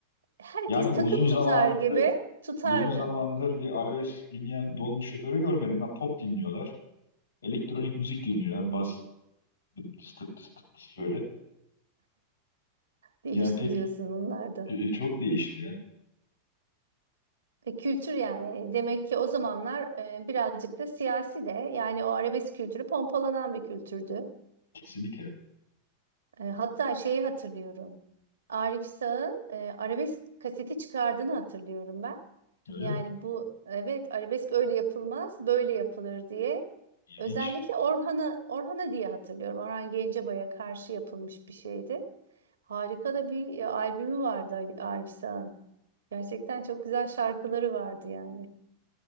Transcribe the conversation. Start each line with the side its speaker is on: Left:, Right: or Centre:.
Right: Herkes
Left: Yani uzun
Right: takım
Left: zamandır
Right: tutar gibi tutardı.
Left: uzun zamandır bir arabesk dinleyen dolmuş şoförü görmedim. Ben pop dinliyorlar. Elektronik müzik dinliyorlar. Bas tıp tıs tıp tıs tıp tıs böyle.
Right: Değişti
Left: Yani pek
Right: diyorsun onlar da.
Left: e, e, çok değişti ya.
Right: E, kültür yani demek ki o zamanlar e, birazcık da siyasi de yani o arabesk kültürü pompalanan bir kültürdü.
Left: Kesinlikle.
Right: E, hatta şeyi hatırlıyorum. Arif Sağ'ın e, arabesk kaseti çıkardığını hatırlıyorum ben.
Left: Öyle
Right: Yani
Left: mi?
Right: bu evet arabesk öyle yapılmaz, böyle yapılır diye.
Left: İlginç.
Right: Özellikle Orhan'a Orhan'a diye hatırlıyorum. Orhan Gencebay'a karşı yapılmış bir şeydi. Harika da bir albümü vardı Ali- Arif Sağ'ın. Gerçekten çok güzel şarkıları vardı yani.